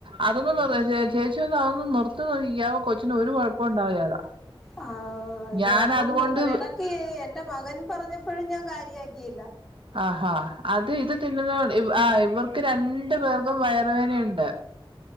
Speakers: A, on the right; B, in the centre.
A: അതൊന്ന് നിർ ചെ ചെ ചേച്ചി ഒന്ന് അതൊന്നന്ന് നിർത്തി നോക്കിക്കേ അവ കൊച്ചിന് ഒരു കൊഴപ്പ ഉണ്ടാവേലാ
B: ആ ഇനി
A: ഞാൻ
B: അതൊന്നും
A: അതുകൊണ്ട്
B: നിർത്തണം ഇടക്ക് എന്റെ മകൻ പറഞ്ഞപ്പോഴും ഞാൻ കാര്യയാക്കിയില്ല
A: ആഹാ അത് ഇത് തിന്നുന്ന ആഹ് ഇവർ രണ്ടു പേർക്കും വയറുവേനയുണ്ട്